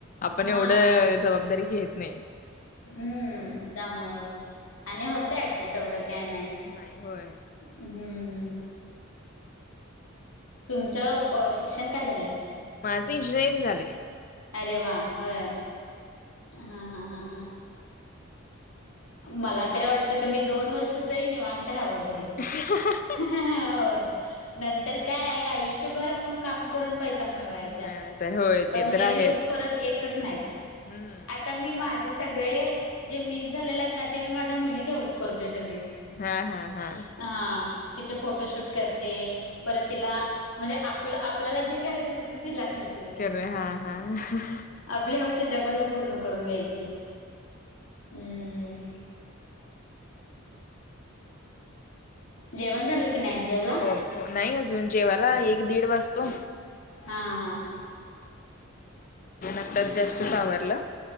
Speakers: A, on the left; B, on the left.
A: आपण
B: हा
A: एवढं जबाबदारी घेत नाही.
B: हम्म त्यामुळं आणि होतं ऍडजस्ट एवढं काय नाही.
A: नाही होय.
B: हम्म. तुमचं शिक्षण काय झालंय.
A: माझं इंजिनिअरिंग झालंय.
B: अरे वा हय हा हा हा हा.... मला तरी वाटतं तुम्ही दोन वर्ष तरी निवांत राहावा घरी
A: ह..
B: होय नंतर काय आहे आयुष्यभर आपण काम करून पै- त मिळवायचा,
A: मिळायच आहे होय
B: पण
A: ते
B: हे
A: तर आहेच
B: दिवस, परत येतच नाहीत,
A: हम्म
B: आ तर मी माझे सगळे, जे मिस झालेले आहेत ना, ते मी माझ्या मुलीची हाऊस करतोय, सगळी.
A: हां हां हं.
B: हां, तिचे फोटोशूट करते परत तिला, म्हणजे आपल-आपल्याला, जे करायचं व्हतं, ते तिला करते. मी.
A: खरंय, हां हां ह्हणं हं.
B: आपली हाऊस तीच्याकडून, पूर्ण करून घ्यायची, हम्म. जेवण झालं की नाही? जेवला?
A: हो हो, नही अजून, जेवा्ला, एक दीड वाजतो.
B: हा हा हा
A: आता जस्टच आवरलं.